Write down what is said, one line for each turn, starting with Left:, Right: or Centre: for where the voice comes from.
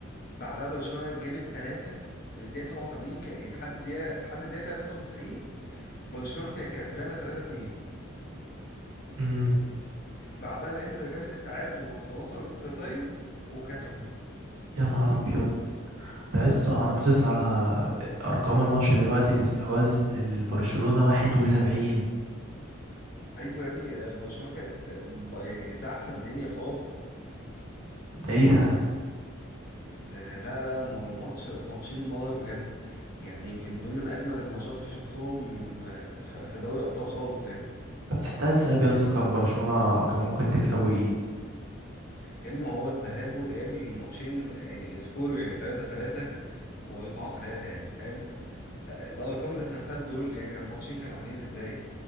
Left: بعدها برشلونة جابت 3 في الدقيقة 87 كان يعني لحد الدقيقة لحد الدقيقة 93 برشلونة كانت كسبانة 3 2
Right: امم
Left: بعدها الانتر جابت التعادل ووصلوا اكسترا تايم وكسبوا
Right: يا نهار ابيض ده لسه انا باصص على ارقام الماتش دلوقتي الاستحواذ للبرشلونة 71
Left: ايوه يا ابني آه، برشلونه كانت آه، م- يعني دعسه الدنيا خالص
Right: ده ايه ده
Left: بس آه، لا لا م- ماتش ماتشين نار بجد يعني يمكن دول من اجمد الماتشات اللي شفتهم آه، ف- في دوري الابطال خالص يعني
Right: بس بتاع الذهاب يا اسطى كان برشلونة كان ممكن تكسبه ايزي
Left: يعني ما هو الذهاب والاياب الماتشين يعني سكور يعني 3 3 و4 3 يعني فاهم تا- الارقام ذات نفسها دول يعني على الماتشين كانوا عاملين ازاي